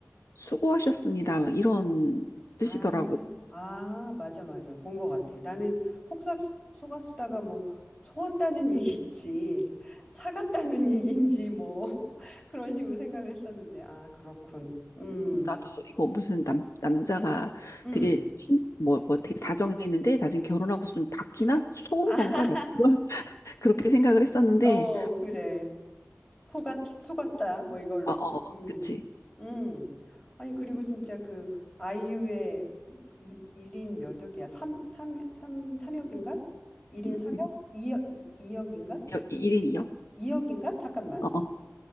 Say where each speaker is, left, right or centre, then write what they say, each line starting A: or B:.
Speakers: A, on the left; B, on the left.
A: 수고하셨습니다 뭐 이런 뜻이더라고.
B: 아, 아, 맞아, 맞아. 본 것 같아. 나는 폭삭 소- 속았수다가 뭐 속았다는 <laughs> 얘기지, 사갔다는 얘기인지 뭐 <laughs> 그런 식으로 생각을 했었는데, 아, 그렇군. 음,
A: 나도 이거 무슨 남 남자가
B: 음.
A: 되게 친뭐뭐 되게 다정했는데 나중에 결혼하고서 좀 바뀌나 속은
B: 아,
A: 건가 나
B: <laughs>
A: 그런 <laughs> 그렇게 생각을 했었는데
B: 어, 그래. 속았, 속았다. 뭐 이걸로.
A: 어, 어,
B: 음,
A: 그치.
B: 음. 아니, 그리고 진짜 그 아이유의 이, 1인 몇 억이야? 삼삼삼삼억인가 1인
A: 음,
B: 삼억
A: 음.
B: 2억, 이억인가
A: 일 인이요
B: 2억인가? 잠깐만.
A: 어, 어.